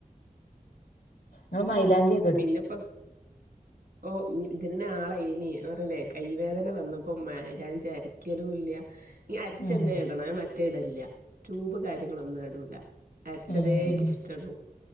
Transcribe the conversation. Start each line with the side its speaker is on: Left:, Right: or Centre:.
Left: അത് മൈലാഞ്ചി
Right: പിന്നെപ്പം ഓഹ് <unintelligible> ആളായിനി പറഞ്ഞില്ലേ കൈവേദന വന്നപ്പോ മൈലാഞ്ചി അരക്കും ഒരിക്കലുംല്ല ഇ അരിച്ചെന്നെ
Left: ഉം
Right: ഇടണേ മറ്റേ ഇടില്ല ട്യൂബ് കാര്യങ്ങളൊന്നും ഇടൂല അരച്ചതേക്ക്
Left: ഉം ഉം
Right: ഇഷ്ടള്ളൂ